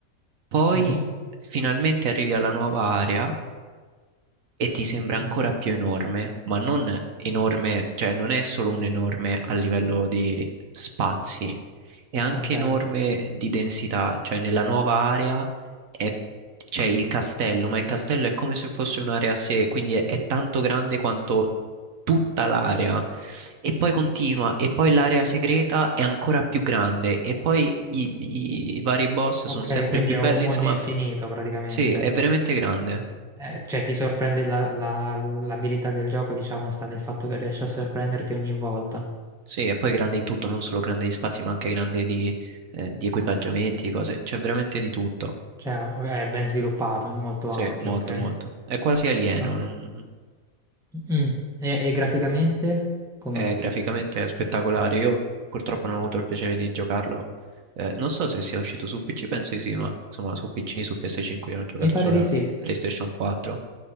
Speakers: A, on the right; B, in the centre.
A: poi
B: Mhm.
A: finalmente arrivi alla nuova area e ti sembra ancora
B: Mm,
A: più enorme, ma non enorme, cioè non è solo un enorme a livello di spazi, è anche
B: Ok.
A: enorme di densità, cioè nella nuova area è- c'è il castello, ma il castello è come se fosse un'area a sé, quindi è, è tanto grande quanto tutta l'area. E poi continua, e poi l'area segreta è ancora più grande, e poi i i vari boss
B: Ok,
A: sono sempre
B: quindi
A: più
B: è
A: belli,
B: un mondo
A: insomma,
B: infinito praticamente.
A: sì, è veramente grande.
B: Eh, cioè ti sorprende la- la- l'abilità del gioco, diciamo, sta nel fatto che riesce a sorprenderti ogni volta.
A: Sì, e poi grande in tutto, non solo grande di spazi, ma anche grande di, eh, di equipaggiamenti, cose. C'è veramente di tutto.
B: Cioè è ben sviluppato, è molto
A: Sì,
B: ampio,
A: molto,
B: ok?
A: molto. È quasi alieno.
B: Ok.
A: non-
B: Mm. E, e graficamente? Com'è?
A: È graficamente spettacolare. Io purtroppo non ho avuto il piacere di giocarlo. Eh, non so se sia uscito su PC, penso di sì, ma insomma su PC, su PS5, io l'ho giocato
B: Mi pare
A: sulla
B: di sì.
A: PlayStation 4,